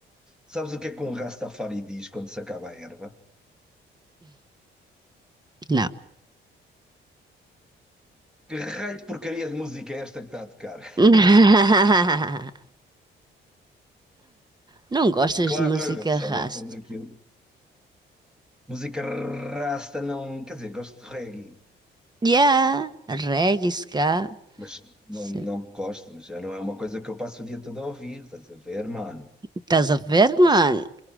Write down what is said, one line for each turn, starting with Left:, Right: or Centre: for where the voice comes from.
Centre: sabes o que é que um Rastafari diz quando se acaba a erva?
Right: Não.
Centre: Que raio de porcaria de música é esta que está a tocar?
Right: <laughs> Não gostas
Centre: <laughs> Claro,
Right: de música
Centre: eles só
Right: rasta?
Centre: gostam daquilo. Música rasta não, quer dizer, gosto de reggae,
Right: Yeah, reggae, ska.
Centre: mas não,
Right: Sim.
Centre: não gosto, mas já não é uma coisa que eu passo o dia todo a ouvir, estás a ver, mano?
Right: Estás a ver,
Centre: Passo
Right: mano?
Centre: o dia-